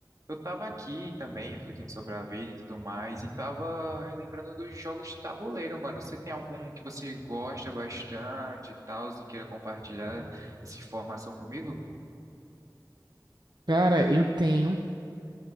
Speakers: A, on the right; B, on the right.
A: eu tava aqui também refletindo sobre a vida e tudo mais, e tava relembrando dos jogos de tabuleiro, mano. Você tem algum que você gosta bastante e tal, se queira compartilhar essa informação comigo?
B: Cara, eu tenho.